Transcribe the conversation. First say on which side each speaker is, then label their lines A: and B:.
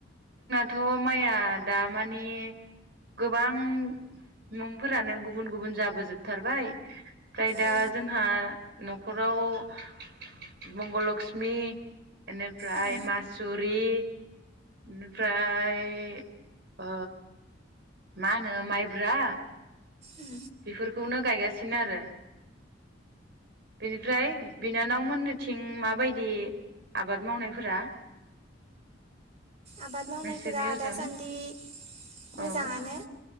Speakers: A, on the right; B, on the right.
A: थ' माइया दा माने गोबां मुं फोरानो गुबुन गुबुन जाबो जोबथारबाय ओमफ्राय दा
B: औ
A: जोंहा न' खराव मंग लक्ष्मि इबेनिफ्राय
B: उम
A: मासुरि बेनिफ्राय ओ मा होनो माइब्रा
B: उम
A: बेफोरखौनो गायगासिनो आरो बेनिफ्राय बिनानावमोननिथिं माबायदि आबाद मावनायफोरा
B: आबाद मावनायफोरा
A: नोंसोरनि ओजों
B: दासानदि मोजाङानो
A: औ